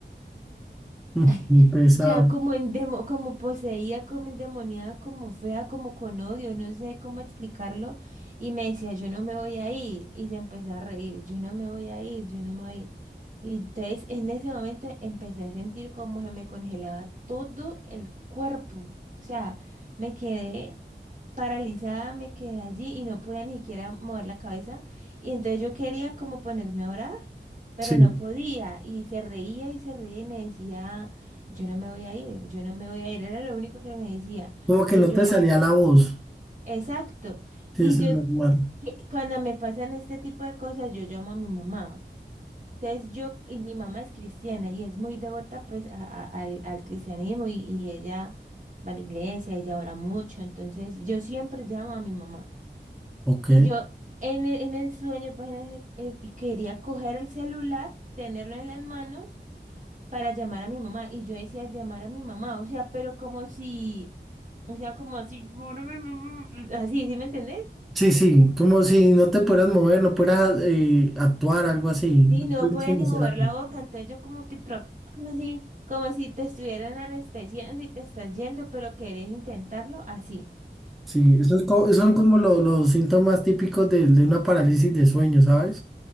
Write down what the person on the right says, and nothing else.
Ay,
O
sea, como en demo, como poseída, como endemoniada, como fea, como con odio, no sé cómo explicarlo. Y me decía, yo no me voy a ir. Y se empezó a reír, yo no me voy a ir, yo no me voy a ir. Y entonces en ese momento empecé a sentir como se me congelaba todo el cuerpo. O sea, me quedé paralizada, me quedé allí y no podía ni siquiera mover la cabeza. Y entonces yo quería como ponerme a orar, pero
no podía. Y se reía y se reía y me decía yo no me voy a ir, yo no me voy a ir, era lo único que me decía.
Y
yo,
exacto.
Y
yo,
y cuando me pasan este tipo de cosas, yo llamo a mi mamá. Entonces yo, y mi mamá es cristiana y es muy devota pues a- a- al, al cristianismo y, y ella va a la iglesia, ella ora mucho, entonces yo siempre llamo a mi mamá.
Y yo en el, en el sueño pues en ese- eh, y quería coger el celular, tenerlo en las manos para llamar a mi mamá. Y yo decía llamar a mi mamá, o sea, pero como si, o sea, como así, "Llamar a mi mamá", así, ¿sí me entendés?
Y no
podía
ni
mover
la boca, entonces yo como que trataba así, como si te estuvieran anestesiando y te estás yendo, pero querés intentarlo así.